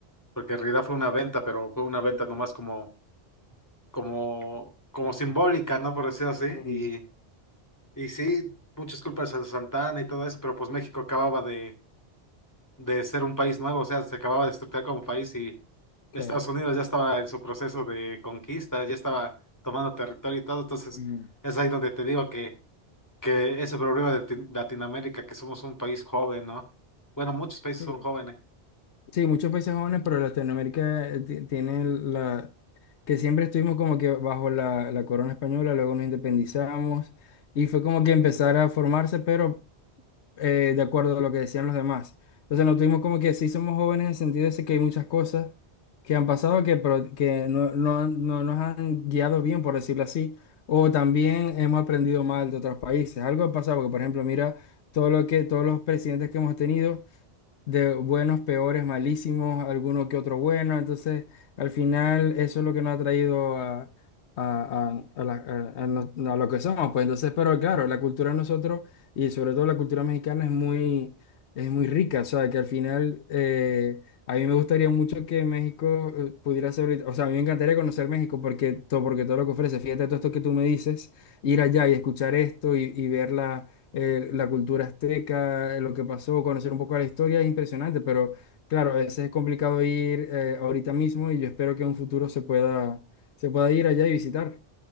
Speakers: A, on the left (about 15°); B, on the left (about 85°).
A: porque en realidad fue una venta, pero fue una venta nomás como, como, como simbólica, ¿no? Por decirlo así.
B: Mm,
A: Y, y sí, muchas culpas a Santana y todo eso, pero pues México acababa de, de ser un país nuevo, o sea, se acababa de estructurar como país y Estados
B: claro.
A: Unidos ya estaba en su proceso de conquista, ya estaba tomando territorio y todo, entonces
B: Mm.
A: es ahí donde te digo que que ese problema de Tin- Latinoamérica, que somos un país joven, ¿no? Bueno, muchos países
B: Sí.
A: son jóvenes.
B: Sí, muchos países jóvenes, pero Latinoamérica eh, ti- tiene la... que siempre estuvimos como que bajo la, la corona española, luego nos independizamos y fue como que empezar a formarse, pero eh, de acuerdo a lo que decían los demás. Entonces nos tuvimos como que sí somos jóvenes en el sentido ese que hay muchas cosas que han pasado que, pro- que no, no, han- no nos han guiado bien, por decirlo así, o también hemos aprendido mal de otros países. Algo ha pasado, porque por ejemplo, mira todo lo que, todos los presidentes que hemos tenido de buenos, peores, malísimos, alguno que otro bueno. Entonces, al final, eso es lo que nos ha traído a, a, a- a la- a- a no- a lo que somos. Pues entonces, pero claro, la cultura de nosotros y sobre todo la cultura mexicana es muy, es muy rica. O sea, que al final, eh, a mí me gustaría mucho que México eh, pudiera ser, ahorita- o sea, a mí me encantaría conocer México porque, todo, porque todo lo que ofrece, fíjate todo esto que tú me dices, ir allá y escuchar esto y, y verla eh, la cultura azteca, eh, lo que pasó, conocer un poco la historia es impresionante, pero claro, a veces es complicado ir eh, ahorita mismo y yo espero que en un futuro se pueda, se pueda ir allá y visitar.